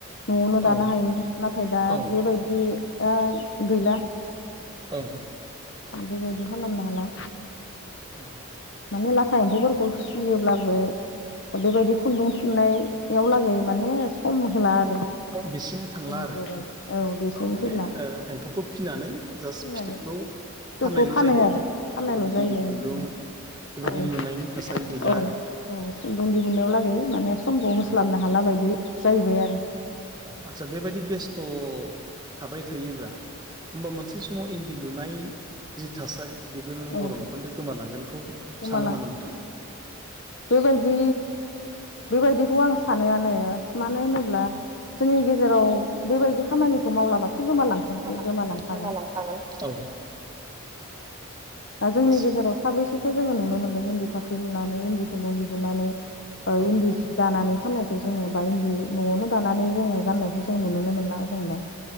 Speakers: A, on the left (about 55°); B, on the right (about 20°).
A: न'आवनो दानो
B: औ
A: हायोमोन। नाथाय दा
B: औ
A: बेबायदिया गैला
B: ओं ओं
A: बेबायदि खालामनो हाला।
B: उम।
A: माने लाथा एम्फौफोरखौ फिसियोब्लाबो। बेबायदि खुन्दुं थुननायाव लागै माने सम होला आरो।
B: बिसिम थांला
A: जोंनि
B: आरो
A: बर' औ बेसिम
B: माने
A: फैला
B: एम्फौखौ फिनानै जास्ट
A: फैनानै
B: फिथोबखौ।
A: फिथोबखौ
B: फाननायल'
A: फानो
B: जायो
A: आरो
B: नों
A: फाननायल'
B: बेबायदि
A: जायो।
B: इन्दि खुन्दुं बेबायदि
A: औ औ
B: लुनायनि थासारि गैला आरो
A: औ खुन्दुं दिहुननायाव लागै माने समखौ होस्लाबनो
B: औ
A: हाला <unintelligible> बि जाहैबाय आरो।
B: अ आदस्सा बेबायदि बेस्थ' थाबाय थायोब्ला होमबा मोनसे समाव। <unintelligible> लुनाय जि थासारि बेबो नोङो
A: औ
B: बर' न'खरनिफ्राय गोमालांगोन। बेखौ
A: गोमालां
B: सानो नामा नोंथाङा।
A: बेबायदि बेबायदिखौ आं सानोआनो मानो होनोब्ला। जोंनि गेजेराव बेबायदि खामानि। खौ मावलाबाथ'
B: गलाबाथ'
A: गोमालांखा
B: गोमालांखासै
A: गोमालांखागोन।
B: औ औ
A: दा जोंनि
B: बास
A: गेजेराव साबेसेखो जोङो नुनो मोन्दों इन्दि थावख्रि लुनानै इन्दिखौ न' लुहोनानै।
B: औ
A: इन्दि जि दानानै। फाननायखौ जोङो बा इन्दि न'आवनो दानानै जोङो गाननायखौ जों नुनोनो मोनला जों दा।